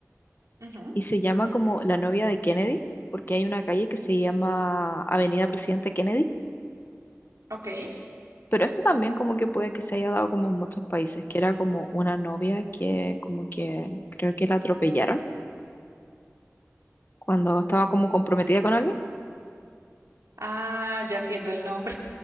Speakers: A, on the right (about 85°); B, on the left (about 40°).
A: Ujú.
B: y se llama como La novia de Kennedy, porque hay una calle que se llama Avenida Presidente Kennedy,
A: Ok.
B: pero esto también como que puede que se haya dado como en muchos países, que era como una novia que como que creo que la atropellaron cuando estaba como comprometida con alguien
A: Ah, ya entiendo el nombre.